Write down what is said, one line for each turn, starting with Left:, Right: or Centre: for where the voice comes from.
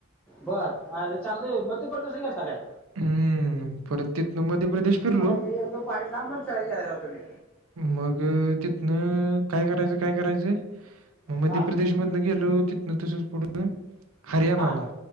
Centre: बर आयला चांगलंय मध्यप्रदेशला गेलता काय?
Right: हम्म परत तिथनं मध्य प्रदेश फिरलो
Centre: अयाला एकदम भारीत लांब-लांब फिराय गेलाय राव तुम्हीं.
Right: मग तिथंन काय करायचं, काय करायचंय मग मध्यप्रदेश
Centre: हा
Right: म तिथनं गेलो तिथनं तसच पुढं हरियाणाला,
Centre: हा